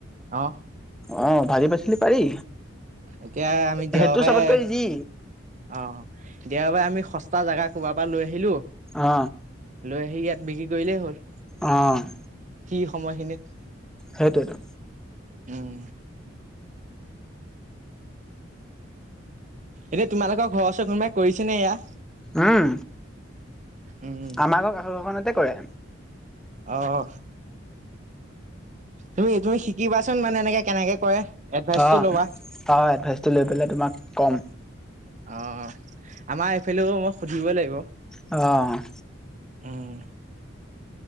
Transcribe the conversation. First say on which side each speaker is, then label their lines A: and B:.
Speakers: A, on the right; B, in the centre.
A: অ
B: অ', ভাজি পাচলি। নি পাৰি।
A: এতিয়া আমি দেওবাৰে
B: সেইটো চবতকৈ ইজি
A: অ'। দেওবাৰে আমি সস্তা জাগা ক'ৰবাৰ পৰা লৈ আহিলোঁ।
B: অ
A: লৈ আহি ইয়াত বিক্ৰী কৰিলেই হ'ল।
B: অ'।
A: সেই সময়খিনিত
B: সেইটোৱেইতো
A: উম এতিয়া তোমালোকৰ ঘৰৰ ওচৰত কোনোবাই কৰিছে নে এইয়া?
B: উম।
A: উম
B: আমাৰ ঘৰৰ কাষৰ ঘৰখনতেই কৰে।
A: অহ। তুমি, তুমি শিকিবাচোন, মানে, এনেকে কেনেকে কৰে এডভাইচটো
B: অ',
A: ল'বা।
B: অ', এডভাইচটো লৈ পেলাই তোমাক ক'ম।
A: অ', আমাৰ এইফালেও মই সুধিবই লাগিব।
B: অ'।
A: উম।